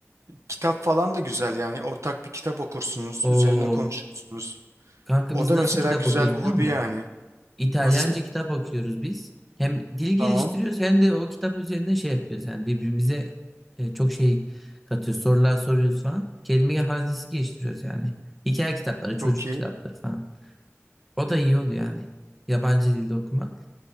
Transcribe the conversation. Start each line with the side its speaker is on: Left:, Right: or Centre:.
Right: kitap falan da güzel yani. Ortak bir kitap okursunuz.
Centre: O
Right: Üzerine konuşursunuz.
Centre: kanka
Right: O
Centre: biz
Right: da
Centre: nasıl
Right: mesela
Centre: kitap
Right: güzel
Centre: okuyoruz
Right: bir
Centre: biliyor
Right: hobi
Centre: musun?
Right: yani.
Centre: İtalyanca
Right: Nasıl?
Centre: kitap okuyoruz biz. Hem dil geliştiriyoruz
Right: Tamam.
Centre: hem de o kitap üzerinde şey yapıyoruz. Yani birbirimize e, çok şey katıyoruz. Sorular soruyoruz falan. Kelime hazinesi geliştiriyoruz yani. Hikaye kitapları, çocuk
Right: Çok iyi.
Centre: kitapları falan. O da iyi oluyor yani. Yabancı dilde okumak.